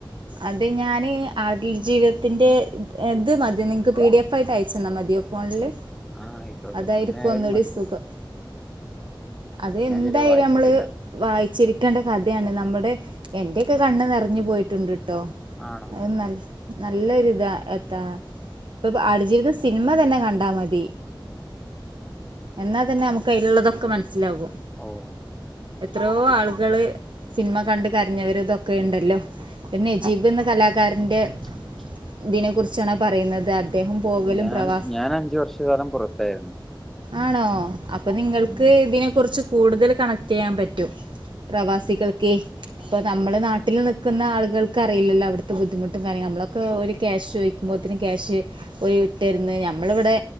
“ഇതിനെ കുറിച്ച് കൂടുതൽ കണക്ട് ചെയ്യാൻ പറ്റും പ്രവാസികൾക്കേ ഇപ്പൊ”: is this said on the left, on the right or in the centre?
Right